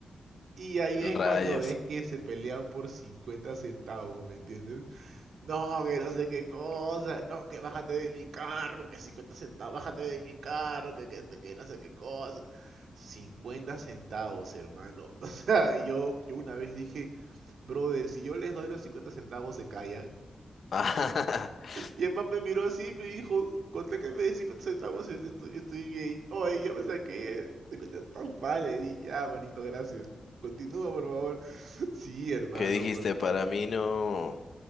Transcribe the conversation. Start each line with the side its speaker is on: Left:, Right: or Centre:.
Right: Y ahí es cuando
Left: rayos.
Right: ves que se pelean por 50 centavos, ¿me entiendes? No, que no sé qué cosa, no, que bájate de mi carro, que 50 centavos, bájate de mi carro, que, que, que no sé qué cosa. cincuenta centavos, hermano. <laughs> O sea, yo, yo una vez dije, brother, si yo les doy los 50 centavos se callan.
Left: <laughs>
Right: Y el man me miró así y me dijo, contra que me des 50 centavos e-, estoy, estoy bien. Oye, yo me saqué tan centavos, le di, ya, manito, gracias. Continúa, por favor. <laughs> Sí, hermano,
Left: ¿Qué dijiste?
Right: porque...
Left: Para mí no,